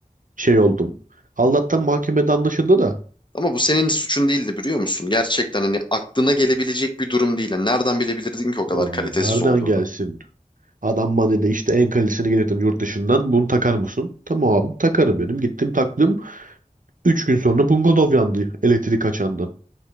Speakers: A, on the right (about 65°); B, on the left (about 35°).
A: şey oldum. Allah'tan mahkemede anlaşıldı da
B: Ama bu senin suçun değildi biliyor musun? Gerçekten hani aklına gelebilecek bir durum değil. Yani nereden bilebilirdin ki o kadar
A: e,
B: kalitesiz
A: bu nereden
B: olduğunu?
A: gelsin? Adam bana dedi işte en kalitesini getirdim yurt dışından. Bunu takar mısın? Tamam abi takarım dedim. Gittim taktım. Üç gün sonra bungalov yandı elektrik açandan.